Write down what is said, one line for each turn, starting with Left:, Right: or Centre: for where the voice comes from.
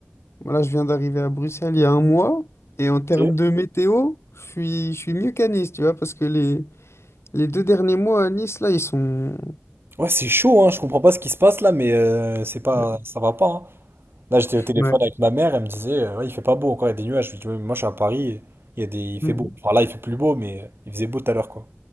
Left: Voilà, je viens d'arriver à Bruxelles il y a un mois et en termes
Right: Ok.
Left: de Ok. météo, je suis, je suis mieux qu'à Nice, tu vois, parce que les, les deux derniers mois à Nice, là, ils sont...
Right: Ouais, c'est chaud, hein. Je comprends pas ce qui se passe là, mais euh, c'est pas,
Left: Ouais.
Right: ça va pas, hein. Là, j'étais au téléphone
Left: Ouais,
Right: avec ma mère. Elle me disait, euh, ouais, il fait pas beau encore. Il y a des nuages. Je lui dis, Ouais, mais moi, je suis à Paris. Il y a des, il fait
Left: Mhm.
Right: beau. Enfin, là, il fait plus beau, mais euh, il faisait beau tout à l'heure, quoi.